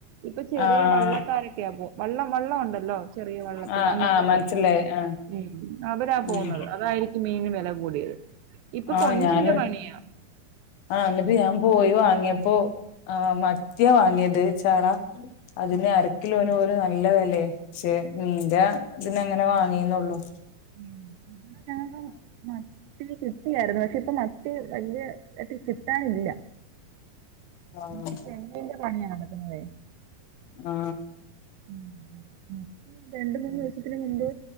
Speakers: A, on the right; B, on the left.
A: ഇപ്പൊ ചെറിയ
B: ആഹ്
A: വള്ളക്കാരൊക്കെയാ ഇപ്പം വള്ളം വള്ളം ഉണ്ടല്ലോ ചെറിയ വള്ളത്തിൽ
B: ആഹ്
A: അന്നങ്ങ്
B: ആഹ് മനസ്സിലായി
A: പോയി
B: ആഹ്
A: മ് അവരാ പോവുന്നത്
B: ഉം
A: അതായിരിക്കും മീന് ബെ ല കൂടിയത് ഇപ്പൊ
B: ആഹ്
A: കൊഞ്ചിന്റെ
B: ഞാന്
A: പണിയാ
B: ആഹ് എന്നിട്ട് ഞാൻ പോയി വാങ്ങിയപ്പോ ആ മത്തിയാ വാങ്ങിയത് ചാള അതിന്
A: ഉം
B: അരക്കിലോന് ഓര് അ ഇള്ളതല്ലേ ക്ഷെ മീന്റെ
A: ഓ,
B: ഇതിനങ്ങനെ വാങ്ങി നൊള്ളൂ
A: മ് <unintelligible> ഇല്ലായിര്ന്നു പക്ഷെ ഇപ്പ മത്തി വല്ല്യ ട്ട് കിട്ടാനില്ല
B: ആഹ്
A: മ് <unintelligible> ന്റെ പണിയാണ് തന്നെ
B: ആ
A: ഉം രണ്ട് മൂന്ന് ദിവസത്തിന് മുമ്പ്